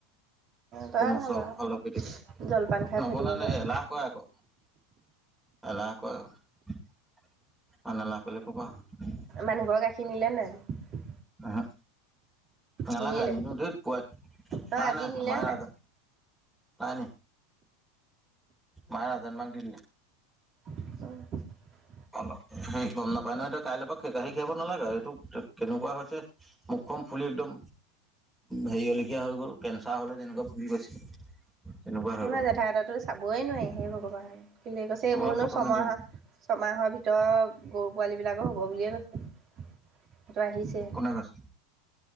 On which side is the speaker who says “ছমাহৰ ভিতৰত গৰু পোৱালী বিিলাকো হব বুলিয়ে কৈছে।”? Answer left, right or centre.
Right